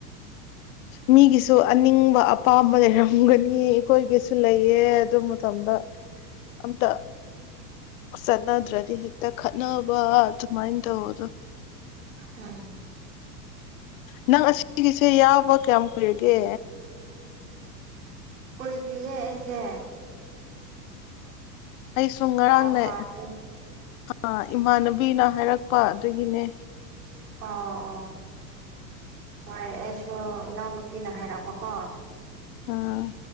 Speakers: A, on the left (about 55°); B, on the right (about 85°).
A: ꯃꯤꯒꯤꯁꯨ ꯑꯅꯤꯡꯕ ꯑꯄꯥꯝꯕ ꯂꯩꯔꯝꯒꯅꯤ ꯑꯩꯈꯣꯏꯒꯤꯁꯨ ꯂꯩꯌꯦ ꯑꯗꯨ ꯃꯇꯝꯗ ꯑꯇ ꯆꯠꯅꯗ꯭ꯔꯗꯤ ꯍꯦꯛꯇ ꯈꯠꯅꯕ ꯑꯗꯨꯃꯥꯏꯅ ꯇꯧꯕꯗ
B: ꯎꯝ
A: ꯅꯪ ꯑꯁꯤꯒꯤꯁꯦ ꯌꯥꯎꯕ ꯀꯌꯥꯝ ꯀꯨꯏꯔꯒꯦ
B: ꯃꯣꯏꯗ꯭ꯔꯤꯌꯦꯁꯦ
A: ꯑꯩ ꯁꯨꯝ ꯉꯔꯥꯡꯅꯦ
B: ꯐꯥꯗ꯭ꯔꯤ
A: ꯑ ꯏꯃꯥꯟꯅꯕꯤꯅ ꯍꯥꯏꯔꯛꯄ ꯑꯗꯨꯒꯤꯅꯦ
B: ꯑꯣ ꯑꯣ ꯍꯣꯏ ꯑꯩꯁꯨ ꯅꯣꯡꯃꯇꯅ ꯍꯥꯏꯔꯛꯔꯕ ꯀꯣ
A: ꯑꯥ